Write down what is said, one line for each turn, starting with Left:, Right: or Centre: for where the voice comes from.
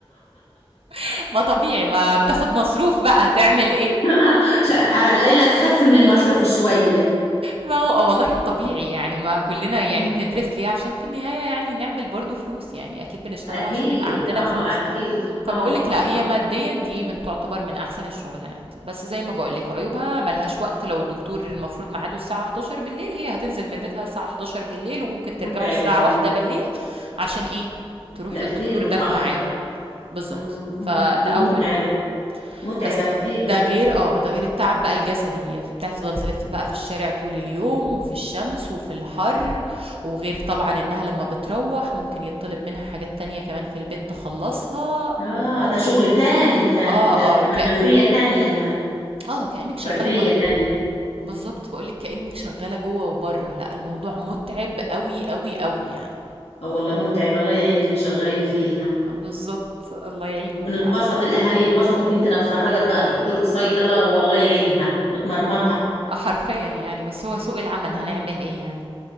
Right: <laughs> ما طبيعي، ما بتاخُد مصروف بقى، هتعمل إيه؟
Left: <laughs> ش- على القليله تخف من المصروف شويه
Right: ما هو آه، والله الطبيعي يعني ما كلنا يعني
Left: امم
Right: بندرس ليه عشان في النهاية يعني نعمل برضو فلوس يعني أكيد بنشتغل
Left: اكيد
Right: عشان يبقى عندنا
Left: اه
Right: فلوس
Left: اكيد
Right: فبقولك
Left: اه
Right: لا
Left: اه
Right: هي
Left: آه.
Right: ماديا دي من تعتبر من أحسن الشغلانات بس زي ما بقولك عيوبها ملهاش وقت لو الدكتور المفروض ميعاده الساعة 11 بالليل هي هتنزل من بيتها الساعة 11 بالليل وممكن ترجعوا
Left: متعبه
Right: الساعة
Left: اه
Right: واحدة بالليل عشان إيه تروح
Left: لا
Right: للدكتور
Left: كتير متاخر
Right: ده في ميعاده بالظبط
Left: مم.
Right: فده
Left: ومتعبه
Right: أول حاجة
Left: متعبه
Right: بس
Left: كتير
Right: ده
Left: اه
Right: غير اه ده غير التعب بقى الجسدي هي بتفضل تلف بقى في الشارع طول اليوم وفي الشمس وفي الحر وغير طبعا انها لما بتروح ممكن يطلب منها حاجات تانية كمان في البيت تخلصها
Left: اه
Right: و...
Left: ده شغل تاني كان
Right: اه
Left: ده
Right: اه
Left: كمان
Right: ك...
Left: دوريه تانية هاي
Right: اه كأنك شغالة
Left: بردية
Right: ب...
Left: تانية
Right: بالظبط بقولك كأنك شغالة جوه وبره لا الموضوع متعب قوي قوي قوي يعني
Left: اه والله متعب الله يعين اللي شغالين فيها
Right: آه، بالظبط الله يعينهم
Left: ونتبسط
Right: فعلا
Left: الأهالي يتبسطوا بنتنا اتخرجت بقى الدكتورة صيدلة والله يعينها متمرمطة
Right: آه، حرفيا يعني بس هو سوق العمل
Left: اه
Right: هنعمل ايه يعني